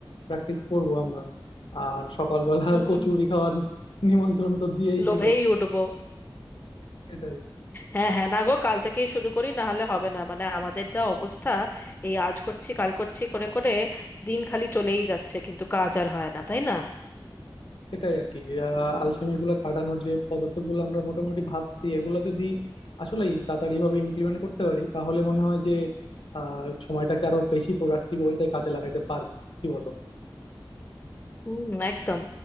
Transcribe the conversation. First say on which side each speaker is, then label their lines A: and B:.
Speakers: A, on the left (about 80°); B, on the left (about 25°).
A: প্র্যাকটিস করব আমরা আর সকালবেলা
B: হুম
A: আর কচুরি
B: হুম, হুম।
A: খাওয়ার নিমন্ত্রণ তো দিয়েই
B: লোভেই
A: দিলে
B: উঠবো
A: সেটাই
B: হ্যাঁ হ্যাঁ না গো কাল থেকেই শুরু করি না হলে হবে না মানে আমাদের যা অবস্থা এই আজ করছি কাল করছি করে করে দিন খালি চলেই যাচ্ছে কিন্তু কাজ আর হয় না তাই না
A: সেটাই আর কি আহ, আলসেমি গুলো কাটানোর যে পদক্ষেপ গুলো আমরা মোটামুটি ভাবছি এগুলো যদি আসলে তাড়াতাড়ি ভাবে ইমপ্লিমেন্ট করতে পারি তাহলে মনে হয় যে আহ সময়টাকে আরো বেশি প্রোডাক্টিভ ওয়েতে কাজে লাগাতে পারবো কি বলো
B: হুম একদম